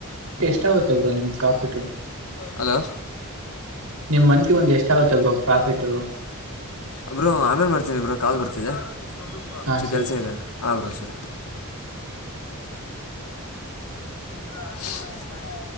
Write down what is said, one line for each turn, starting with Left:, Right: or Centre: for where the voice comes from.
Right: ಎಷ್ಟಾಗುತ್ತೆ ಬ್ರೋ ನಿಮ್ ಪ್ರಾಫಿಟು.
Left: ಹಲೋ.
Right: ನಿಮ್ ಮಂತ್ಗೆ ಒಂದು ಎಷ್ಟ ಆಗುತ್ತೆ ಬ್ರೋ ಪ್ರಾಫಿಟ.
Left: ಅಬ್ರು ಆಮೇಲೆ ಮಾಡ್ತೀನಿ ಇಬರು ಕಾಲ್ ಬರ್ತಿದ್ದ
Right: ಹಾ
Left: ಸೊ
Right: ಸರಿ
Left: ಕೆಲ್ಸ
Right: ಬ್ರೋ
Left: ಇದೆ ಹ ಬ್ರೋ ಸರಿ. <unintelligible>